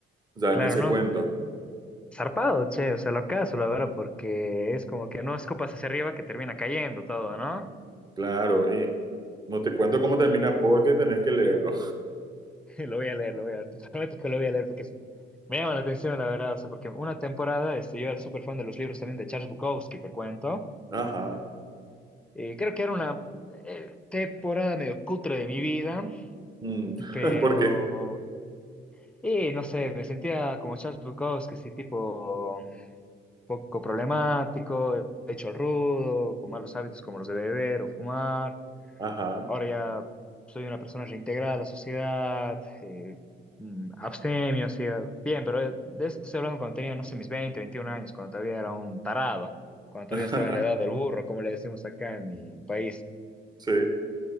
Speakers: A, on the right; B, in the centre.
A: o sea,
B: claro,
A: en ese
B: no.
A: cuento.
B: Zarpado, che, o sea, lo acaso, la verdad, porque es como que no escupas hacia arriba que termina cayendo todo, ¿no?
A: Claro, y no te cuento cómo termina porque tenés que leerlo.
B: <laughs> Lo voy a leer, lo voy a leer. <laughs> Te prometo que lo voy a leer porque es- me llama la atención, la verdad. O sea, porque una temporada, este, yo era súper fan de los libros también de Charles Bukowski, te cuento.
A: Ajá.
B: Y creo que era una eh, temporada medio cutre de mi vida,
A: Mm.
B: pero.
A: <laughs> ¿Por qué?
B: Y no sé, me sentía como Charles Bukowski, así tipo poco problemático, hecho al rudo, con malos hábitos como los de beber o fumar.
A: Ajá.
B: Ahora ya soy una persona reintegrada a la sociedad, eh, mm, abstemio, hacía bien, pero eh, de esto estoy hablando cuando tenía, no sé, mis 20 21 años, cuando todavía era un tarado, cuando todavía
A: <laughs>
B: estaba en la edad del burro, como le decimos acá en mi país.
A: Sí.